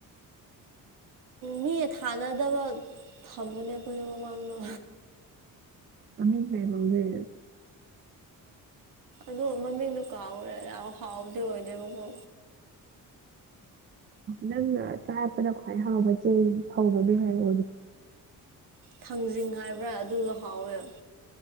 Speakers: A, on the right; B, on the right.
A: ꯃꯤ ꯊꯥꯅꯗꯕ ꯊꯝꯕꯅꯦ ꯑꯩꯈꯣꯏꯅ ꯃꯃꯥꯡꯗꯣ
B: ꯑꯃꯤ ꯀꯣꯗ
A: ꯑꯗꯨꯗ ꯃꯃꯤꯡꯗꯣ ꯀꯥꯎꯈ꯭ꯔꯦ ꯌꯥꯝ ꯍꯥꯎꯕꯗꯤ ꯑꯣꯏꯗꯦꯕꯀꯣ
B: ꯅꯪꯅ ꯆꯔꯞꯄꯗ ꯈ꯭ꯋꯥꯏ ꯍꯥꯎꯕ ꯆꯦꯡ ꯐꯧꯕ ꯃꯤ ꯍꯥꯏꯑꯣꯣꯗꯤ
A: ꯊꯥꯡꯖꯤꯡ ꯍꯥꯏꯕ꯭ꯔꯥ ꯑꯗꯨꯗ ꯍꯥꯎꯋꯦꯕ